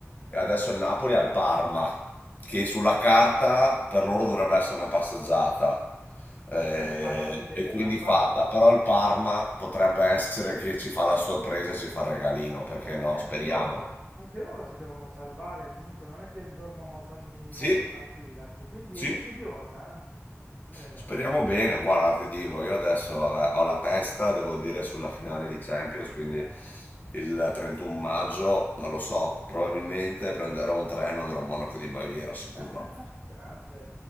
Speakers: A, on the left; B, on the right.
A: E adesso il Napoli ha il Parma, che sulla carta per loro dovrebbe essere una passeggiata eh,
B: Ma il Parma si deve
A: e quindi
B: salvare.
A: fatta, però il Parma potrebbe essere che ci fa la sorpresa e ci fa il regalino, perché
B: Ma perché
A: no?
B: anche
A: Speriamo.
B: loro, anche loro si devono salvare. Comunque non è che dormono sonni
A: Sì,
B: molto tranquilli laggiù. Quindi
A: sì,
B: è insidiosa, eh? Vero?
A: speriamo bene. Guarda, ti dico, io adesso vabbè, ho la testa, devo dire, sulla finale di Champions, quindi
B: Certo.
A: il 31 maggio, non lo so, probabilmente prenderò un treno e andrò a Monaco di Baviera, sicuro.
B: <laughs> Grande.